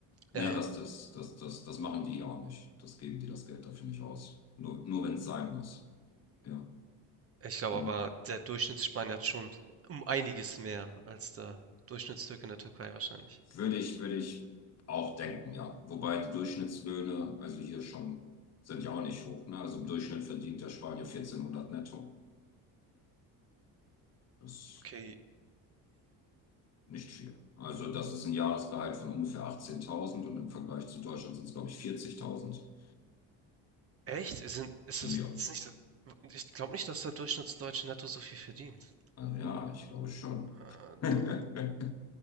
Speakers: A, on the left; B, on the right.
A: Nee,
B: Ja,
A: das, das, das, das, das machen die ja auch nicht. Das geben die das Geld dafür nicht aus. Nur, nur wenn es sein muss. Ja,
B: ich glaube
A: genau.
B: aber, der Durchschnittsspanier hat schon um einiges mehr als der Durchschnittstürke in der Türkei wahrscheinlich.
A: Würde ich, würde ich auch denken, ja. Wobei die Durchschnittslöhne, also hier schon, sind ja auch nicht hoch, ne? Also im Durchschnitt verdient der Spanier vierzehnhundert netto. Das ist
B: Okay,
A: nicht viel. Also das ist ein Jahresgehalt von ungefähr 18.000 und im Vergleich zu Deutschland sind es, glaube ich, 40.000.
B: echt? Es sind ist
A: Ja.
B: das ist nicht so ich glaube nicht, dass der Durchschnittsdeutsche netto so viel verdient.
A: Äh, Ja, ich glaube schon.
B: Äh,
A: <laughs>
B: Deu